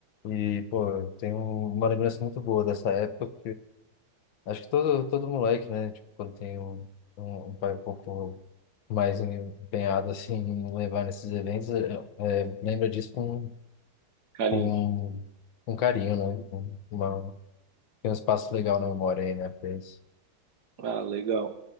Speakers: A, on the left (about 70°); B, on the right (about 55°).
A: E, pô, eu tenho uma lembrança muito boa dessa época, Acho que todo, todo moleque, né? Tipo, quando tem um, um, um pai um pouco mais empenhado, assim, em levar nesses eventos, é, é, lembra disso com,
B: Carinho.
A: com, com carinho, né? Com uma, tem um espaço legal na memória aí, né? Pra isso.
B: Ah, legal.